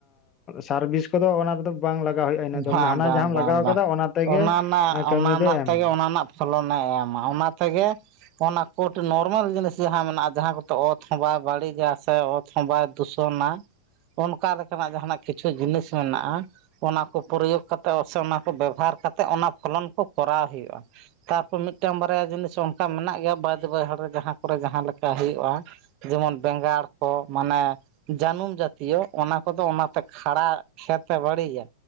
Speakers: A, on the left; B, on the right.
A: ᱥᱟᱨ ᱵᱤᱥ ᱠᱚᱫᱚ ᱚᱱᱟ ᱨᱮᱫᱚ ᱵᱟᱝ ᱞᱟᱜᱟᱣ ᱦᱩᱭᱩᱜᱼᱟ ᱤᱱᱟᱹᱜ
B: ᱵᱟᱝ
A: ᱫᱚ ᱢᱟᱱᱮ ᱦᱟᱱᱟ
B: ᱵᱟᱝ
A: ᱡᱟᱦᱟᱢ
B: ᱵᱟᱝ
A: ᱞᱟᱜᱟᱣ
B: ᱵᱟᱝ
A: ᱠᱟᱫᱟ ᱚᱱᱟ ᱛᱮᱜᱮ
B: ᱨᱮᱱᱟᱜ
A: ᱠᱟᱹᱢᱤ
B: ᱚᱱᱟ ᱨᱮᱱᱟᱜ
A: ᱫᱚᱭ ᱮᱢᱟ
B: ᱛᱮᱜᱮ ᱚᱱᱟ ᱨᱮᱱᱟᱜ ᱯᱷᱚᱞᱚᱱᱮ ᱮᱢᱟ ᱚᱱᱟ ᱛᱮᱜᱮ ᱚᱱᱟ ᱠᱚᱴᱤᱡ ᱱᱚᱨᱢᱮᱞ ᱡᱤᱱᱤᱥ ᱡᱟᱦᱟᱸ ᱢᱮᱱᱟᱜᱼᱟ ᱡᱟᱦᱟᱸ ᱠᱚᱫᱚ ᱚᱛ ᱦᱚᱸ ᱵᱟᱭ ᱵᱟᱹᱲᱤᱡᱟ ᱥᱮ ᱚᱛ ᱦᱚᱸ ᱵᱟᱭ ᱫᱩᱥᱚᱱᱟ ᱚᱱᱠᱟ ᱞᱮᱠᱟᱱᱟᱜ ᱡᱟᱦᱟᱱᱟᱜ ᱠᱤᱪᱷᱩ ᱡᱤᱱᱤᱥ ᱢᱮᱱᱟᱜ-ᱟ ᱚᱱᱟ ᱠᱚ ᱯᱨᱚᱭᱳᱜᱽ ᱠᱟᱛᱮ ᱥᱮ ᱚᱱᱟ ᱠᱚ ᱵᱮᱵᱚᱦᱟᱨ ᱠᱟᱛᱮ ᱚᱱᱟ ᱯᱷᱚᱞᱚᱱ ᱠᱚ ᱠᱚᱨᱟᱣ ᱦᱩᱭᱩᱜ-ᱟ ᱛᱟᱨᱯᱚᱨ ᱢᱤᱫᱴᱟᱝ ᱵᱟᱨᱭᱟ ᱡᱤᱱᱤᱥ ᱚᱱᱠᱟ ᱢᱮᱱᱟᱜ ᱜᱮᱭᱟ ᱵᱟᱹᱫ ᱵᱟᱹᱭᱦᱟᱹᱲ ᱨᱮ ᱡᱟᱦᱟᱸ ᱠᱚᱨᱮ ᱡᱟᱦᱟᱸ ᱞᱮᱠᱟ ᱦᱩᱭᱩᱜᱼᱟ ᱡᱮᱢᱚᱱ ᱵᱮᱸᱜᱟᱲ ᱠᱚ ᱢᱟᱱᱮ ᱡᱟᱹᱱᱩᱢ ᱡᱟᱹᱛᱤᱭᱚ ᱚᱱᱟ ᱠᱚᱫᱚ ᱚᱱᱟᱛᱮ ᱠᱷᱟᱲᱟ ᱠᱷᱮᱛ ᱮ ᱵᱟᱹᱲᱤᱡᱟ